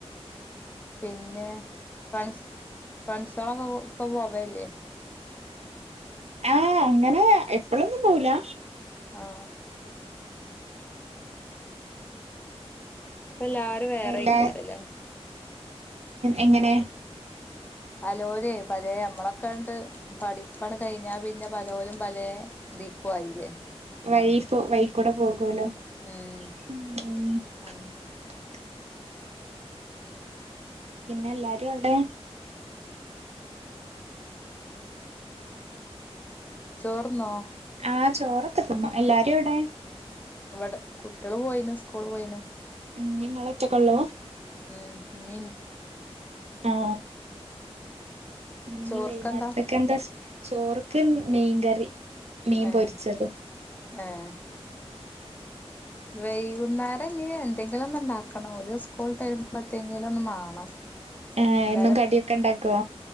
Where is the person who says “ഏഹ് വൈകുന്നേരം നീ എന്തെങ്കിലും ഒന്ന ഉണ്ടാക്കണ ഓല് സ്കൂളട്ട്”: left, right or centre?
Left